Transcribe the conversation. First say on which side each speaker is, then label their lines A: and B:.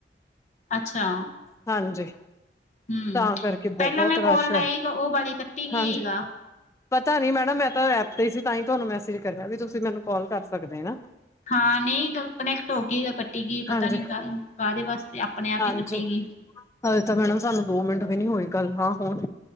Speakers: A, on the left (about 40°); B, on the left (about 15°).
A: ਅੱਛਾ,
B: ਹਾਂਜੀ
A: ਹੂੰ,
B: ਤਾਂ ਕਰਕੇ
A: ਪਹਿਲਾਂ
B: ਬਹੁਤ
A: ਮੈਂ
B: ਰਸ਼
A: ਕੋਲ ਲਾਈ
B: ਹੈ
A: ਸੀਗਾ, ਉਹ ਵਾਲੀ ਕੱਟੀ ਸੀਗਾ।
B: ਹਾਂਜੀ ਪਤਾ ਨੀ ਮੈਡਮ ਮੈਂ ਤਾਂ ਐਪ ਤੇ ਸੀ, ਤਾਂ ਹੀ ਤੁਹਾਨੂੰ ਮੈਸੇਜ ਕਰਿਆ ਵੀ ਤੁਸੀਂ ਮੈਨੂੰ ਕਾਲ ਕਰ ਸਕਦੇ ਨਾ।
A: ਹਾਂ ਨਹੀਂ ਗੱਲ ਕਨੈਕਟ ਹੋ ਗਈ, ਕੱਟੀ ਗਈ ਪਤਾ
B: ਹਾਂਜੀ
A: ਨੀ ਕਾਹ ਕਾਹਦੇ ਵਾਸਤੇ ਆਪਣੇ ਆਪ
B: ਹਾਂਜੀ
A: ਹੀ ਕੱਟੀ ਗਈ। <unintelligible>
B: ਹਜੇ ਤਾਂ ਮੈਡਮ ਸਾਨੂੰ ਦੋ ਮਿੰਟ ਵੀ ਨੀ ਹੋਏ, ਗੱਲ ਹਾਂ ਹੁਣ